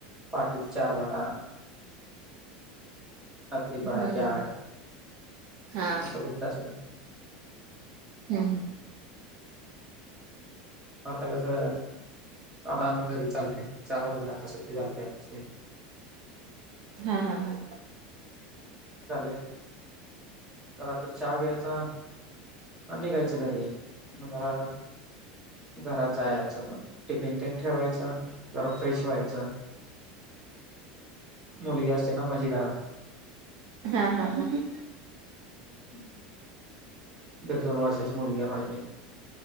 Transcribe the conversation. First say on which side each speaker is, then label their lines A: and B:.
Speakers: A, on the right; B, on the right.
A: पहाटेच चार बारा, रात्री
B: हम्म
A: बारा ते
B: हम्म
A: आठ
B: हा
A: असं होत असतं ना
B: हम्
A: आता कसं कामावरनं आम्ही घरी चाललोय चार वाजले आता सुट्टी झालती आमची
B: हा हा हा
A: चाललय तर चहा घ्यायचा आणि निघायचं घरी भरारा घरात जायचं टिफिन तेन ठेवायचं जरा फ्रेश व्हायचं
B: ह <inaudible>
A: मुलगी असते ना माझी घरात
B: हा हा हा हा
A: हम्म दीड दोन वर्षाची मुलगी आहे माझी